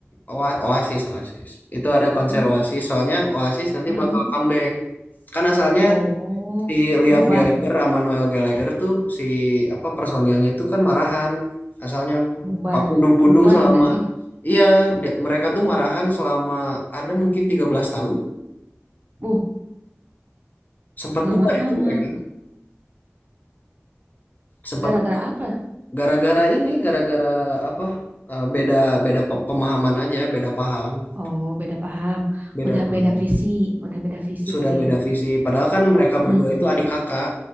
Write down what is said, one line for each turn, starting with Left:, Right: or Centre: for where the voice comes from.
Left: Oa- Oasis, Oasis. Itu ada konser
Right: Mm,
Left: Oasis, soalnya Oasis nanti
Right: heeh.
Left: bakal comeback. Kan asalnya
Right: Oh,
Left: si Liam
Right: bubar,
Left: Gallagher sama Noel Gallagher tuh si apa personilnya itu kan marahan asalnya
Right: bubar,
Left: Pak Pundung-Pundung
Right: bubar
Left: selama
Right: nggak sih?
Left: iya dia- mereka tuh marahan selama ada mungkin 13 tahun
Right: Uh,
Left: sempat
Right: lama
Left: bubar itu
Right: amat.
Left: mereka sempat
Right: Gara-gara apa?
Left: gara-gara ini gara-gara apa eh, beda beda pe- pemahaman aja beda paham
Right: Oh, beda paham.
Left: beda
Right: Udah
Left: paham
Right: beda visi, udah beda visi
Left: sudah
Right: kali
Left: beda
Right: ya.
Left: visi padahal kan mereka
Right: Mm.
Left: berdua itu adik kakak